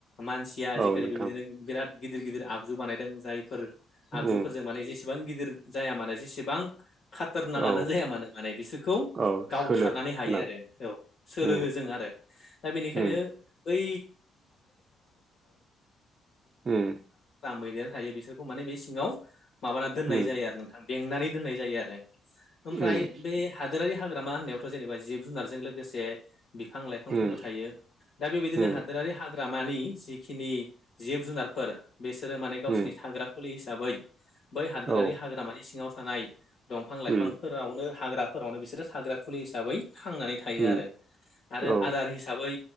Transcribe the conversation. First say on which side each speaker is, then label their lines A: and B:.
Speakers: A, on the left (about 50°); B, on the right (about 35°).
A: मानसिया आजिखालि
B: औ नोंथां
A: बेबायदिनो बिराद गिदिर गिदिर आगजु बानायदों जायफोर आगजुफोरजों
B: उम
A: माने जेसे एसेबां गिदिर जाया मानोे जेसेबां खाथारनागानो
B: औ
A: जाया मानो माने बिसोरखौ
B: औ
A: गावथारनानै
B: सोलो
A: हायो
B: गोनां
A: आरो औ सोलोङो
B: उम
A: जों आरो दा बेनिखायनो
B: उम
A: बै
B: उम
A: मैदेर थायो बिसोरखौ माने बे सिङाव माबाना दोननाय
B: उम
A: जायो आरो नोंथां बेंनानै दोननाय जायो आरो ओमफ्राय
B: उम
A: बे हादोरारि हाग्रामा होननायावथ जेनेबा जिब जुनारजों लोगोसे बिफां लाइफांफोरबो
B: उम
A: थायो दा बेबायदिनो
B: उम
A: हादोरारि हा ग्रामानि जिखिनि जिब जुनारफोर बिसोरो माने गावसोरनि
B: उम
A: थाग्रा खुलि हिसाबै बै हादोरारि
B: औ
A: हाग्रामानि सिङाव थानाय दंफां लाइफां
B: उम
A: फोरावनो हाग्राफोरावनो बिसोरो हाग्रा खुलि हिसाबै थांनानै थायो
B: उम
A: आरो आरो
B: औ
A: आदार हिसाबै